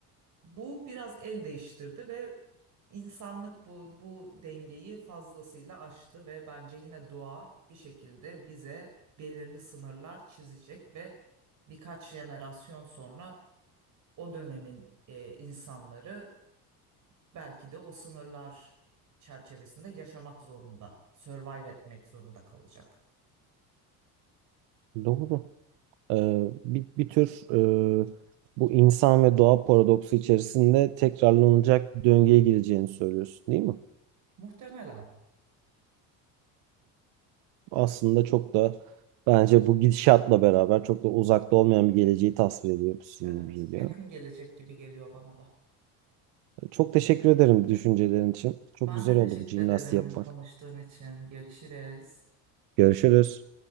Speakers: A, on the right; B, on the right.
A: Bu biraz el değiştirdi ve insanlık bu, bu dengeyi fazlasıyla aştı ve bence yine doğa bir şekilde bize belirli sınırlar çizecek ve birkaç jenerasyon sonra o dönemin e, insanları belki de o sınırlar çerçevesinde yaşamak zorunda, survive etmek zorunda kalacak.
B: Doğru. e, bir, bir tür e, bu insan ve doğa paradoksu içerisinde tekrarlanacak bir döngüye gireceğini söylüyorsun, değil mi?
A: Muhtemelen.
B: Aslında çok da bence bu gidişatla beraber çok da uzakta olmayan bir geleceği tasvir ediyor bu sizin
A: Evet,
B: gibi geliyor.
A: yakın gelecek gibi geliyor bana da.
B: Çok teşekkür ederim düşüncelerin için. Çok
A: Ben
B: güzel
A: de teşekkür
B: oldu bu jimnastiği
A: ederim
B: yapmak.
A: konuştuğun için. Görüşürüz.
B: Görüşürüz.